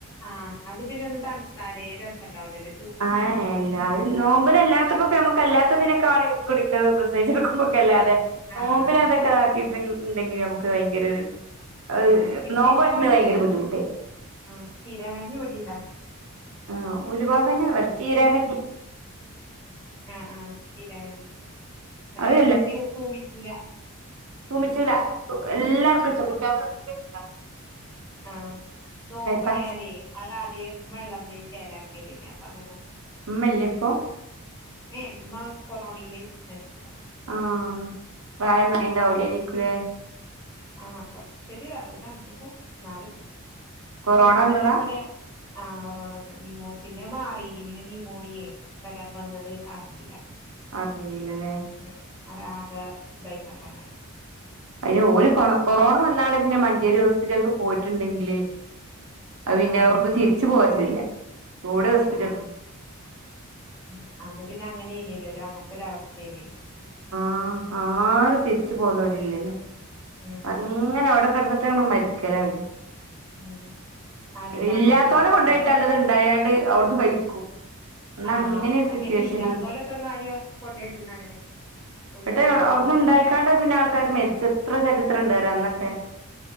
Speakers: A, on the left; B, on the right.
A: ആഹ് അത് പിന്നെ ഒന്ന് തണുത്താലേ രസം ഉണ്ടാവിലല്ലേ
B: ആഹ് എല്ലാരും നോമ്പിന് എല്ലാത്തുബക്കെ നമുക്ക് എല്ലാത്തതിനൊക്കെ വാണങ്കി കുടിക്ക പ്രസവിച്ച് കെടക്കുബൊക്കെ എല്ലാതെ നോമ്പിന്
A: ആഹ് ആഹ്
B: അതൊക്കെ താക്കിട്ട് ണ്ടങ്ങി ഇണ്ടെങ്ങിൽ നമുക്ക് ഭയങ്കര ഒര് അത്
A: ആഹ് ഇവിടിം
B: നോബോറ്റ്ണ്
A: ഇണ്ടാക്കല്ണ്ട്
B: വയങ്കര ബുദ്ധിമുട്ടേയി
A: ആഹ് ചീരാകഞ്ഞി ഇവിടിം ഇണ്ടാക്കല്ണ്ട്
B: ആഹ് ഉലുവാകഞ്ഞി വേ ചീരാ കഞ്ഞി
A: ആഹ് ആഹ് ചീരാ കഞ്ഞി അതേമാതിരി
B: അത്
A: ത്യൂ തൂമിക്കൂല
B: തൂമിച്ചുല തൂ എല്ലാർക്കും ഇഷ്ടം കുട്ടേൾകൊകെ ഇഷ്ട
A: ആഹ് നോമ്പായാലേ
B: പച്ച
A: അത് ആദ്യേ ഇമ്മ ള്ളന്ന് ശേലാക്കേതേനി അപ്പ അങ്ങനെ
B: ഇമ്മല്ലേ ഇപ്പോ
A: ഏഹ് ഇമ്മ കൊറോണീൽമരിച്ചതാ
B: ആഹ് പ്രായം ഒന്നായിണ്ടാവുലേക്കുലേ
A: ആഹ് കൊറച്ചൊര് അറുപത് അങ്ങനൊക്കെ ന്നാലും
B: കൊറോണ
A: ഇമ്മഎല്ലാ
B: വന്നതാ
A: പണിയ ആഹ് ഒറോണന്ന് ന്യൂമോ പിന്നെ മാറീന് പിന്നെ ന്യൂമോണിയേ വരാ വന്നത് അർഞ്ഞില
B: അർഞ്ഞീല്ലലേ
A: ഉം അവ ആഗ ദൈക്കണ്ടങ്ങന
B: അതിന് ഓര് കൊണ കൊറോണ വന്നാണ്ട് പിന്നെ മഞ്ചേരി ഹോസ്പിറ്റൽക്ക് പോയിട്ട്ണ്ടെങ്കില് അത് പിന്നെ
A: ആഹ്
B: അവ്ട്ന്ന് തിരിച്ച്
A: ആഹ്
B: പോരല് ഇല്ല കൂടെ
A: ഇല്ല
B: ഹോസ്പിറ്റൽ
A: ആഹ് ഉം അന്ന് പിന്നെ അങ്ങനെ നിയല്ലോ ഒരു അങ്ങൻത്തെ ഒരഅവസ്ഥേനിയല്ലോ
B: ആഹ് ആര് തിര്ച്ച് പോന്നോല് ഇല്ലല്ലോ
A: ഉം
B: അങ്ങനെ അവടെ കെടന്ന്ട്ട് അണ്ട് മരിക്കലാ
A: ഉം ആരേം കാണാനും
B: ഇല്ലാത്തോലേ
A: പറ്റൂല
B: കെണ്ടേയിട്ടാൽ ഇത് ഇണ്ടായാണ്ട് അവ്ട്ന്ന് മരിക്കും എന്നാ
A: ആഹ്
B: അങ്ങനെ ഒരു
A: അന്നെ
B: സിറ്റുവേഷന്
A: ഇല്ലാത്തോലെ
B: എന്നിട്ട്
A: എത്ര ങ്ങാനാ കൊണ്ടോയി ഇട്ട്ക്ക്ണ് അങ്ങനെ ഒന്നും
B: ഇന്ന്ട്ട്
A: ഇല്ലാത്തോലൊക്കെ
B: അവണ്ടെ അവ്ട്ന്ന് ഇണ്ടായിക്കാണ്ട് പിന്നെ ആൾക്കാർ മെരിച്ച എത്ര ചരിത്രം ഇണ്ട് അറിയോ അന്നൊക്കെ